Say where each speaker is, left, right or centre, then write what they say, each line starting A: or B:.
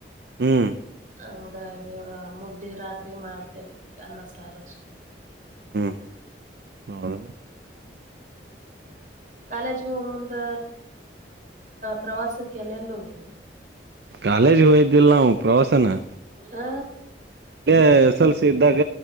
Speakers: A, on the right (about 65°); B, on the right (about 45°).
A: ಹ್ಮ್
B: ಹಂಗಾಗಿಗ ಮುದ್ದಿ ರಾತ್ರಿಗೆ ಮಾಡ್ತೇನೆಿ ಅನ್ನ ಸಾರಷ್ಟ
A: ಹ್ಮ್ಮ್ ಹ್ಮ್
B: ಕಾಲೇಜ್ಗ ಹೋಗ ಮುಂದ ಪ್ರವಾಸಕ್ಕೆ ಎಲ್ಲೆಲ್ಲ ಹೋಗತ್ರಿ
A: ಕಾಲೇಜ್ ಹೋಯ್ದಿಲ್ಲ ನಾವು ಪ್ರವಾಸನ
B: ಹಾ
A: ಇೇ ಎಸ್ ಎಲ್ಸ ಇದ್ದಾಗ